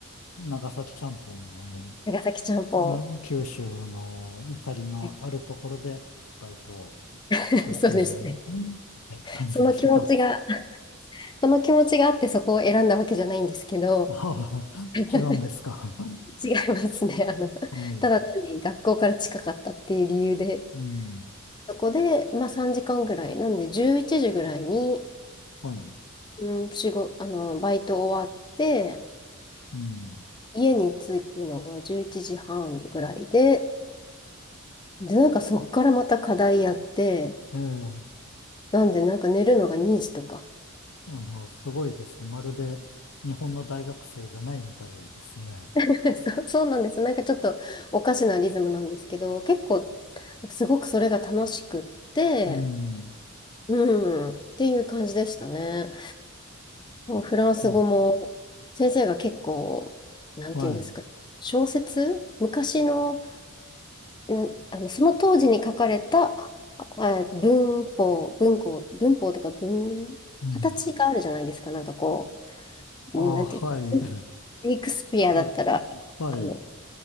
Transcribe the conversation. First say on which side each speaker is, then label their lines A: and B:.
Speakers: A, on the left (about 75°); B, on the left (about 20°).
A: ん、長崎ちゃんぽんがね、
B: 長崎ちゃんぽん、
A: な九州のゆかりのあるところでバイトをしたっていう
B: はい <laughs> そうですね。
A: 感じでしたか。
B: その気持ちがその気持ちがあってそこを選んだわけじゃないんですけど、
A: ああ、
B: <laughs>
A: 違うんですか。
B: 違いますね。あの、
A: はい。
B: ただ単に学校から近かったっていう理由で、
A: うん、
B: そこで、まあ3時間ぐらい、なんで11時ぐらいに、
A: はい。
B: うん、仕事、あの、バイト終わって、
A: うん。
B: 家に着くのが11時半ぐらいで、で、なんかそっからまた課題やって、
A: ええ、あ
B: なんでなんか寝るのが2時とか。
A: の、すごいですね。まるで日本の大学生じゃないみたいですね。
B: <laughs> そうそうなんです。なんかちょっとおかしなリズムなんですけど、結構すごくそれが楽しくって、
A: うん、
B: うん、っていう感じでしたね。もうフランス語も先生が結構、
A: うん
B: なんていうんですか、
A: はい。
B: 小説昔の、な、あの、その当時に書かれたあ文法、文法、文法とか文、
A: うん
B: 形があるじゃないですか。なんかこ
A: あ、
B: う、なんていうんですかシェイクスピアだったら、
A: はい。あ、はい。
B: あの、